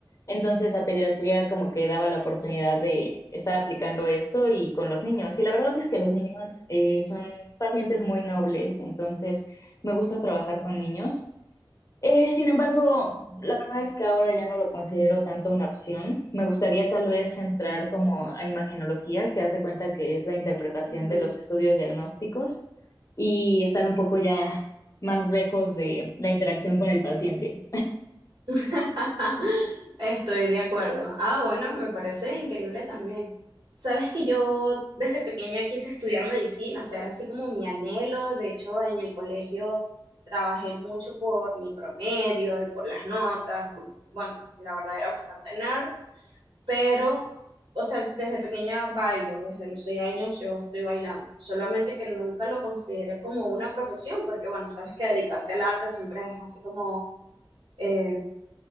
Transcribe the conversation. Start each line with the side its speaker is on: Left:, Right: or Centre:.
Left: Entonces la pediatría como que daba la oportunidad de estar aplicando esto y con los niños. Y la verdad es que los niños eh, son pacientes muy nobles, entonces me gusta trabajar con niños. Eh, sin embargo, la verdad es que ahora ya no lo considero tanto una opción. Me gustaría tal vez entrar como a imagenología, que hace cuenta que es la interpretación
Right: Ujú.
Left: de los estudios diagnósticos y estar un poco ya más lejos de la interacción con el paciente.
Right: <laughs> Estoy de acuerdo. Ah, bueno, me parece increíble también. Sabes que yo desde pequeña quise estudiar medicina, o sea, era así como mi anhelo. De hecho, en el colegio trabajé mucho por mi promedio y por las notas. Y, bueno, la verdad era bastante nerd. pero, o sea, desde pequeña bailo, desde los seis años yo estoy bailando, solamente que nunca lo consideré como una profesión, porque bueno, sabes que dedicarse al arte siempre es así como eh,